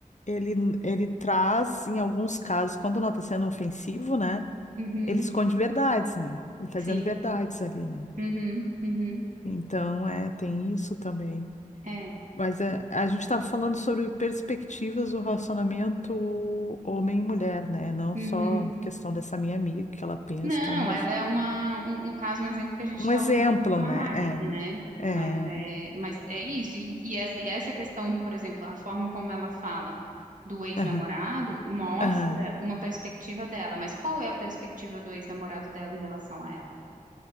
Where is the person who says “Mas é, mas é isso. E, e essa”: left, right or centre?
Right